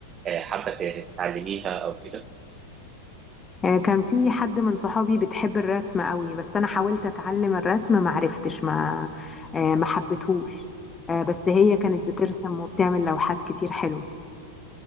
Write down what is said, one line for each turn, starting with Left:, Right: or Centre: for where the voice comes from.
Right: آه، حابه ت- تعلميها او كده
Left: آه، كان في حد من صحابي بتحب الرسم قوي بس انا حاولت اتعلم الرسم ما عرفتش ما آه، ما حبيتهوش آه، بس هي كانت بترسم وبتعمل لوحات كتير حلوة